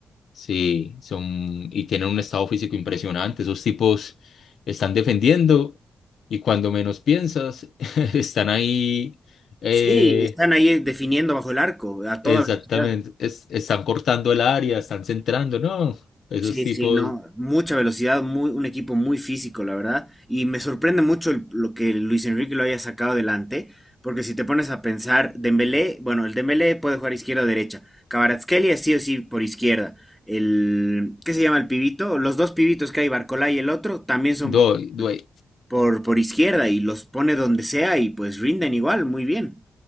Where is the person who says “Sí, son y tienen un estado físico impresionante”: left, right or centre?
Left